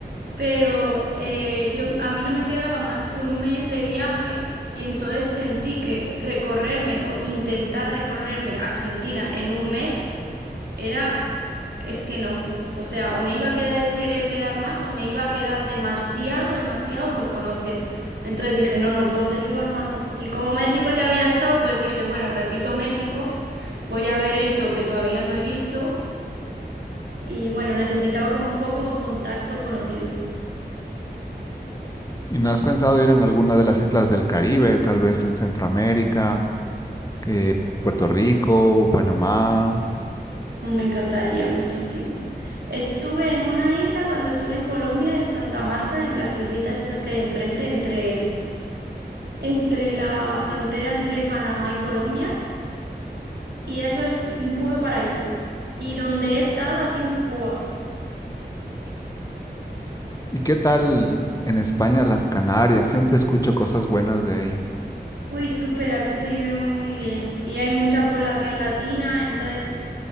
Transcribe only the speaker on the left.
¿Y no has pensado ir en alguna de las islas del Caribe, tal vez en Centroamérica, eh, Puerto Rico, Panamá?
¿Y qué tal en España, las Canarias? Siempre escucho cosas buenas de ahí.